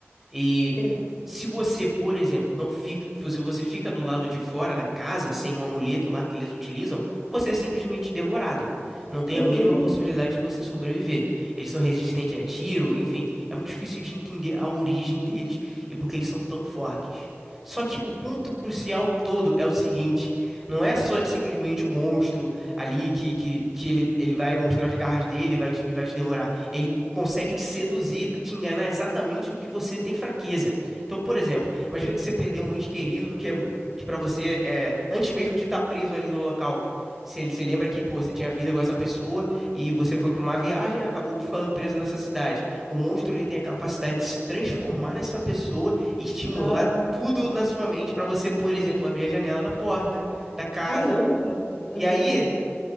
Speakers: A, in the centre; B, on the left.
A: E
B: sim.
A: se você, por exemplo, não fica, se você fica do lado de fora da casa sem um amuleto lá que eles utilizam, você é simplesmente devorado. Não tem
B: Meu
A: a mínima
B: Deus.
A: possibilidade de você sobreviver. Eles são resistentes a tiro, enfim, é muito difícil de entender a origem deles e porque eles são tão fortes. Só que o ponto crucial todo é o seguinte: não é só simplesmente o monstro ali que, que, que ele, ele vai mostrar as garras dele e vai te, e vai te devorar. Ele consegue te seduzir para te enganar exatamente no que você tem fraqueza. Então, por exemplo, imagina que você perdeu um ente querido que é que para você é antes mesmo de estar preso ali no local. Se ele se lembra que, pô, você tinha vida com essa pessoa e você foi para uma viagem e acabou ficando preso nessa cidade. O monstro ele tem a capacidade de se transformar nessa pessoa e estimular
B: Ah,
A: tudo na sua mente para você, por exemplo, abrir a janela da porta da casa.
B: caramba. Aham.
A: E aí,